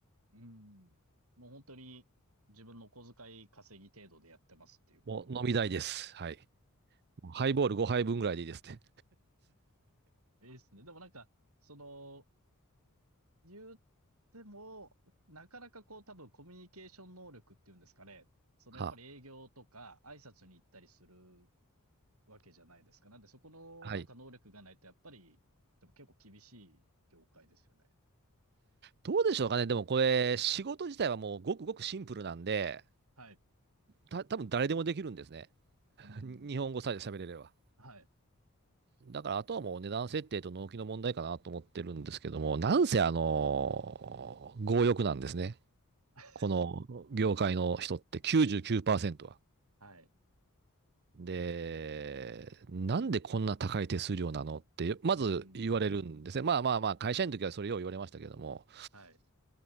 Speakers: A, on the right; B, on the right.
A: うん。もう本当に自分の小遣い稼ぎ程度でやってますっていうこと
B: もう飲み代です。はい。もうハイボール5杯分ぐらいでいいですね。
A: ですね。でもなんか、その、言っても、なかなかこう多分コミュニケーション能力っていうんですかね。そのやっぱり営業とか挨拶に行ったりする
B: は、
A: わけじゃないですか。なんでそこのなんか能力がないとやっぱり、
B: はい。
A: でも結構厳しい業界ですよね。
B: どうでしょうかね。でもこれ、仕事自体はもうごくごくシンプルなんで、
A: はい。
B: た、多分誰でもできるんですね。<laughs>
A: うん。
B: 日本語さえ喋れれば。
A: はい。
B: だからあとはもう値段設定と納期の問題かなと思ってるんですけども、なんせあのー強欲なんですね。
A: <laughs>
B: この業界の人って99%は。
A: はい。
B: で、なんでこんな高い手数料なのって、まず言われるんですね。
A: <laughs> うん。
B: まあまあまあ、会社員の時はそれを言われましたけども、
A: はい。